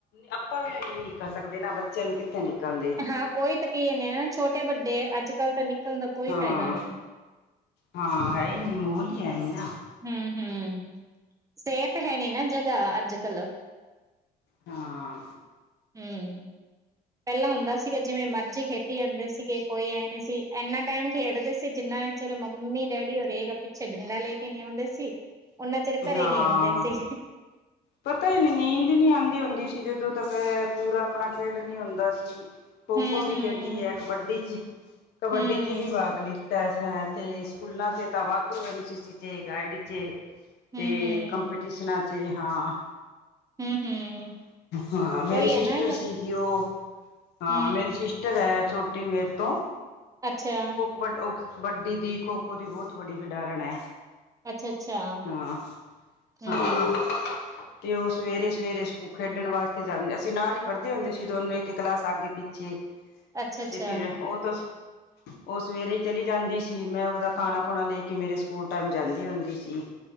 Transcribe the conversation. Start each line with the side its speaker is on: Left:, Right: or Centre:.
Left: ਆਪਾਂ ਵੀ ਇ ਨ ਕਰ ਸਕਦੇ ਨਾ ਬੱਚਿਆਂ ਨੂੰ ਕਿ- ਨਿਕਲਦੇ-
Right: ਹਾਂ ਉਹੀ ਤਾਂ ਕਹੀ ਜਾਨੀ ਆ ਨਾ, ਛੋਟੇ ਵੱਡੇ ਅੱਜ ਕੱਲ੍ਹ ਤਾਂ ਨਿਕਲਣ ਦਾ ਕੋਈ
Left: ਹਾਂ
Right: ਫਾਇਦਾ ਨਹੀਂ।
Left: ਹਾਂ ਹੈ ਈ ਨੀ ਮੋਹਲ ਹੈਨੀ ਨਾ।
Right: ਹੂੰ-ਹੂੰ ਸੇਫ ਹੈ ਨੀ ਨਾ ਜਗ੍ਹਾ ਅੱਜ ਕੱਲ।
Left: ਹਾਂ।
Right: ਹੂੰ- ਪਹਿਲਾਂ ਹੁੰਦਾ ਸੀਗਾ ਜਿਵੇਂ ਮਰਜ਼ੀ ਖੇਡੀ ਜਾਂਦੇ ਸੀਗੇ ਕੋਈ ਇਹ ਨਹੀਂ ਸੀ ਇੰਨਾ ਟਾਈਮ ਖੇਡਦੇ ਸੀ ਜਿੰਨਾ। ਚਿਰ ਮੰਮੀ ਡੈਡੀ ਪਿੱਛੇ ਡੰਡਾ ਲੈ ਕੇ ਨੀ ਆਉਂਦੇ ਸੀ। ਉਨਾਂ ਚਿਰ ਘਰੇ
Left: ਹਾਂ
Right: ਨੀ ਆਉਂਦੇ ਸੀ।
Left: ਪਤਾ ਈ ਨੀ ਨੀਂਦ ਈ ਨੀ ਆਂਦੀ ਹੁੰਦੀ ਸੀ ਜਦੋਂ ਤੱਕ ਪੂਰਾ ਆਪਣਾ ਖੇਡ ਨੀ ਹੁੰਦਾ ਸੀ। ਖੋ-ਖੋ
Right: ਹੂੰ-ਹੂੰ
Left: ਵੀ ਖੇਡੀ ਏ, ਕਬੱਡੀ ਚ, ਕਬੱਡੀ
Right: ਹੂੰ
Left: ਚ ਵੀ ਭਾਗ ਲੀਤ। ਅ ਅਤੇ ਸਕੂਲਾਂ 'ਚ ਤਾਂ ਵਾਧੂ ਐਨ ਸੀ ਸੀ ' ਗਾਈਡ '
Right: ਹੂੰ-ਹੂੰ
Left: ਤੇ। ਕਮਪੀਟੀਸ਼ਨ 'ਚ ਹਾਂ।
Right: ਹੂੰ-ਹੂੰ
Left: ਹਾਂ ਮੇਰੀ
Right: ਉਹੀ
Left: ਸਿਸਟਰ
Right: ਹੈ ਨਾ ਹੈਗਾ।
Left: ਸੀਗੀ ਉਹ ਹਾਂ
Right: ਹੂੰ
Left: ਮੇਰੀ ਸਿਸਟਰ ਏ ਛੋ। ਟੀ ਮੇਰੇ ਤੋਂ
Right: ਅੱਛਾ
Left: ਬਟ ਉਹ ਕਬੱਡੀ ਦੀ ਖੋ - ਖੋ ਦੀ ਬਹੁਤ ਵੱਡੀ ਖਿਡਾਰਨ ਐ
Right: ਅੱਛਾ-ਅੱਛਾ
Left: ਹਾਂ
Right: ਹੂੰ
Left: ਹਾਂ। ਤੇ ਉਹ ਸਵੇਰੇ ਸਵੇਰੇ ਸਕੂਲ ਖੇਡਣ ਵਾਸਤੇ ਜਾਂਦੇ ਅਸੀਂ ਨਾਲ ਹੀ ਪੜ੍ਹਦੇ ਹੁੰਦੇ ਸੀ ਦੋਨੋਂ ਇੱਕ ਕਲਾਸ ਆਗੇ ਪਿੱਛੇ
Right: ਅੱਛਾ-ਅੱਛਾ
Left: ਤੇ ਫਿਰ ਉਹ ਤੁ ਉਹ ਸਵੇਰੇ ਹੀ ਚਲੀ ਜਾਂਦੀ ਸੀ ਮੈਂ ਉਹਦਾ ਖਾਣਾ ਖੁਣਾ ਲੈਕੇ ਮੇਰੇ ਸਕੂਲ ਟਾਈਮ ਜਾਂਦੀ ਹੁੰਦੀ ਸੀ।